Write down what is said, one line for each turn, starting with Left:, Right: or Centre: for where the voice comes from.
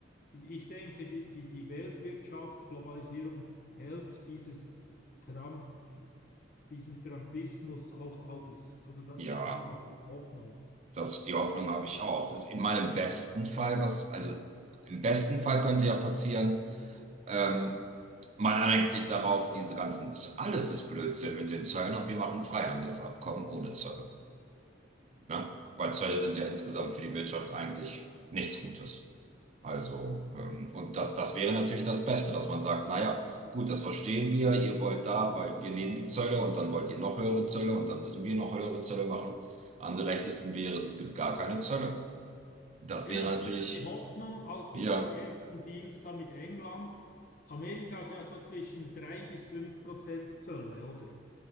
Left: ich denke, die, die, die Weltwirtschaft, Globalisierung hält dieses Trump diesen Trumpismus auch aus. Also da,
Right: ja,
Left: da habe ich doch Hoffnung.
Right: das, die Hoffnung habe ich auch. In meinem besten Fall, was, also im besten Fall könnte ja passieren, Ähm, man einigt sich darauf, diese ganzen, alles ist Blödsinn mit den Zöllen und wir machen Freihandelsabkommen ohne Zölle. Ne? Weil Zölle sind ja insgesamt für die Wirtschaft eigentlich nichts Gutes. Also, ähm, und das, das wäre natürlich das Beste, dass man sagt, naja, gut, das verstehen wir, ihr wollt da, weil wir nehmen die Zölle und dann wollt ihr noch höhere Zölle und dann müssen wir noch höhere Zölle machen. Am gerechtesten wäre es, es gibt gar keine Zölle. Das
Left: Eben,
Right: wäre
Left: also
Right: natürlich,
Left: das war die Hoffnung auch
Right: ja,
Left: dieses ersten Deals da mit England. Amerika hat ja so zwischen drei bis fünf Prozent Zölle, oder?